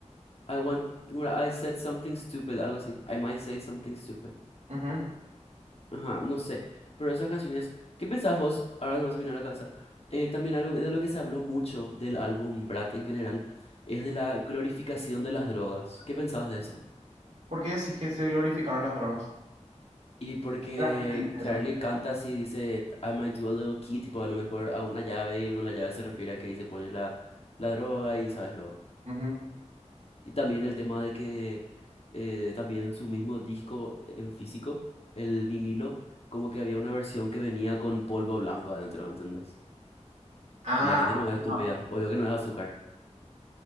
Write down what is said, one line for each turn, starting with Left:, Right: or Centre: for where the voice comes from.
Left: I want. no era, I said something stupid, algo así. I might say something stupid.
Right: Ujú.
Left: Ajá, no sé. Pero esas canciones. ¿Qué pensás vos? Ahora nomás me vino a la cabeza. Eh, también algo que- de lo que se habló mucho del álbum Brat en general es de la glorificación de las drogas. ¿Qué pensás de eso?
Right: ¿Por qué decís que se glorificaron las drogas?
Left: Y porque
Right: La gente dice
Left: Charlie
Right: eso.
Left: canta así, dice, I might do a little key, tipo a lo mejor a una llave, y con la llave se refiere a que ahí se pone la, la droga y sabes lo.
Right: Ujú.
Left: Y también el tema de que eh, también su mismo disco en físico, el vinilo, como que había una versión que venía con polvo blanco adentro, ¿entendés?
Right: Ah,
Left: Y la gente no es estúpida,
Right: no.
Left: obvio que no es azúcar.